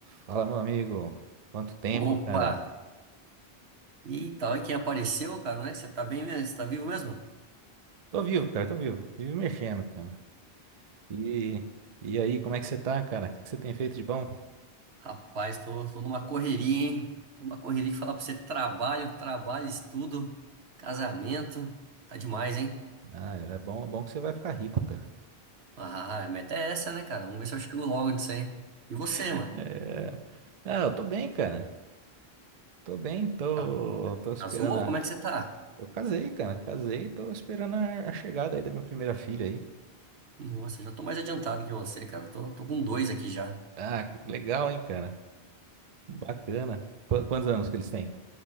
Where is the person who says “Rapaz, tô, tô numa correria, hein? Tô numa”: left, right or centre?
Right